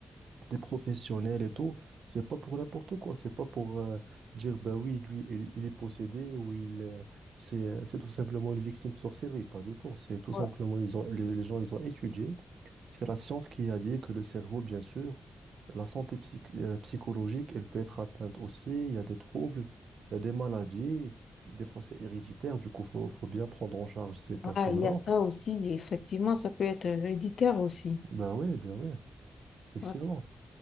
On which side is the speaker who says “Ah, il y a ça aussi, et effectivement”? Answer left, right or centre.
Left